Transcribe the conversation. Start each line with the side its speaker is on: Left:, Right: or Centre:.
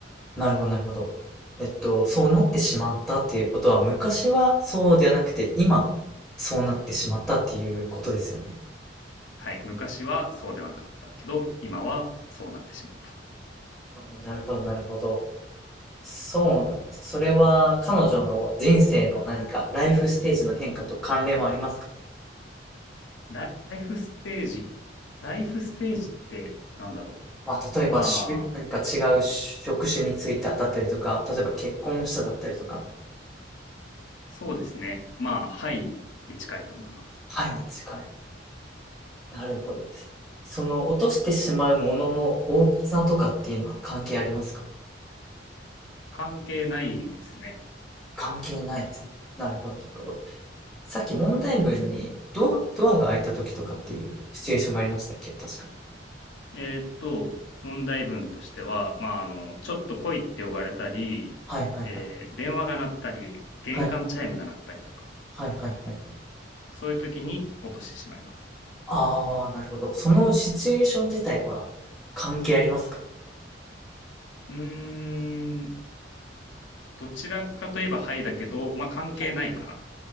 Centre: なるほど、なるほど。えっと、そうなってしまったっていうことは、昔はそうではなくて、今、そうなってしまったっていうことですよね。
Left: はい。昔はそうではなかったけど、今はそうなってしまった。
Centre: あーなるほど、なるほど。そうなんです。それは彼女の人生の何か、ライフステージの変化と関連はありますか
Left: ライフステージ。ライフステージってなんだろう。
Centre: まあ、例えばし、
Left: ま
Centre: 何か違う職種についただったりとか、
Left: あ、はい。
Centre: 例えば結婚しただったりとか、
Left: そうですね。まあ、はいに近いと思います。
Centre: はいに近い。なるほどです。その落としてしまうものの大きさとかっていうのは関係ありますか
Left: 関係ないですね。
Centre: 関係ないです。なるほど、なるほど。さっき問題文にドア、ドアが開いた時とかっていうシチュエーションがありましたっけ確か。
Left: えーっと、問題文としては、まあ、あの、ちょっと来いって呼ばれたり、
Centre: はいはいはい。
Left: えー電話が鳴ったり、玄関チャイムが鳴ったりとか、
Centre: はい。はいはいはい。
Left: そういう時に落としてしまいます。
Centre: ああ、なるほど。そのシチュエーション自体は関係ありますか
Left: うーん、どちらかといえばはいだけど、まあ、関係ないから、
Centre: はい。